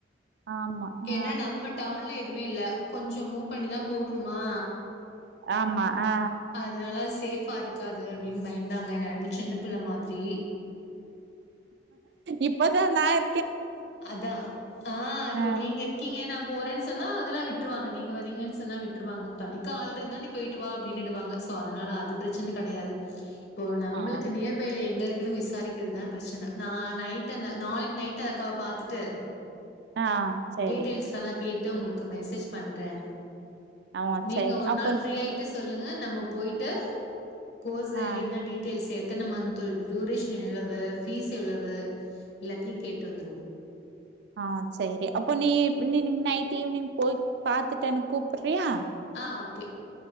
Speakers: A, on the right; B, on the left.
A: ஆமா. ஆ
B: ஏன்னா நம்ம டவுன்ல எதுவுமே இல்ல கொஞ்சம் மூவ் பண்ணிதா போகணுமா
A: ஆமா ஆ
B: அதனால சேஃபா இருக்காது அப்படின்னு பயந்தாங்க எல்லாம சின்ன பிள்ள மாதிரி
A: இப்பதான் நான்
B: அதான் ஆஹ் இப்போ
A: ஆ
B: நீங்க இருக்கீங்க ஏன்னா போறேன்னு சொன்னா அதெல்லாம் விட்டுருவாங்க நீங்க வரீங்கன்னு சொன்னா விட்டுருவாங்க துனைக்க ஆள் இருந்தா நீ போயிட்டு வா அப்படின்னு விடுவாங்க சோ அதனால அது பிரச்சனை கிடையாது இப்போ நம்மளுக்கு
A: ஆ
B: நியர்பைல எங்க இருக்கு விசாரிக்கிறதுதான் பிரச்சனை நா நைட் நாளைக்கு நைட் அத காப் பாத்துட்டு
A: ஆ சரி.
B: டீடெயில்ஸ்லாம் நான் கேட்டு உங்களுக்கு மெசேஜ் பண்றேன்
A: ஆ
B: நீங்க
A: சரி.
B: ஒரு
A: அப்போ
B: நாள்
A: நீ
B: ஃப்ரீ ஆயிட்டு சொல்லுங்க நம்ம போயிட்டு கோர்ஸு
A: ஆ
B: என்ன டீட்டெயில்ஸ் எத்தனை மந்த் டூரேஷன் எவ்ளவு ஃபீஸ் எவ்வளவு எல்லாத்தையும் கேட்டு வந்துருவோம்
A: ஆஹ் சரி அப்போ நீ நீ நீ நைட் ஈவி்னிங் போய் பாத்துட் என்னக் கூப்பிடுறியா
B: ஆ ஓகே